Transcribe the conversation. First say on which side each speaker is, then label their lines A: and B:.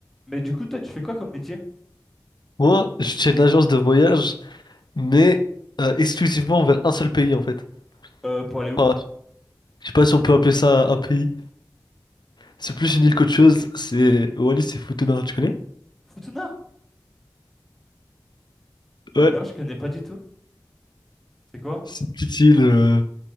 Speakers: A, in the centre; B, on the left.
A: Mais du coup, toi, tu fais quoi comme métier?
B: Moi, je tiens une agence de voyage, mais euh, exclusivement vers un seul pays en fait.
A: Euh, pour aller où?
B: Enfin, je sais pas si on peut appeler ça un pays. C'est plus une île qu'autre chose. C'est Wallis, c'est Futuna, tu connais?
A: Futuna?
B: Ouais,
A: Euh, non, je connais pas du tout. C'est quoi?
B: c'est une petite île. euh,